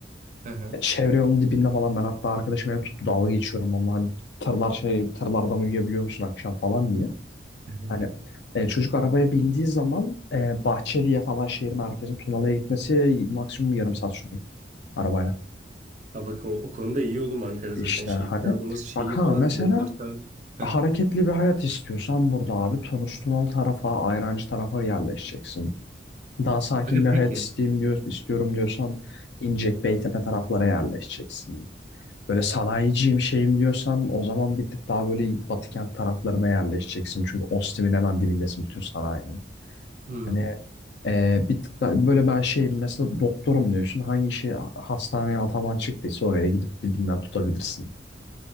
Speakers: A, on the right; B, on the left.
A: Hı hı.
B: E, Çevre yolun dibinde falan ben hatta arkadaşım ev tuttu dalga geçiyorum onunla hani tırlar şey tırlardan uyuyabiliyor musun akşam falan diye.
A: <laughs>
B: Hani e, çocuk arabaya bindiği zaman e, Bahçeli'ye falan şehir merkezine Tunalı'ya gitmesi maksimum yarım saat sürüyor arabayla.
A: Ha bak o, o konuda iyi oğlum Ankara
B: İşte
A: zaten şehir
B: hani
A: planlaması şeyi
B: bak ha
A: falan
B: mesela
A: yolları tarzı. Heh.
B: hareketli bir hayat istiyorsan burada abi Tunus Tunalı tarafa, Ayrancı tarafa yerleşeceksin. Daha sakin
A: Aga
B: bir
A: peki.
B: hayat isteyeyim diyor, istiyorum diyorsan İncek, Beytepe taraflara yerleşeceksin. Böyle sanayiciyim şeyim diyorsan o zaman bir tık daha böyle Batı kent taraflarına yerleşeceksin. Çünkü Ostim'in hemen dibindesin bütün sanayinin.
A: Hmm.
B: Hani e, bir tık da böyle ben şeyim mesela doktorum diyorsun. Hangi şey hastaneye ataman çıktıysa oraya gidip dibinden tutabilirsin.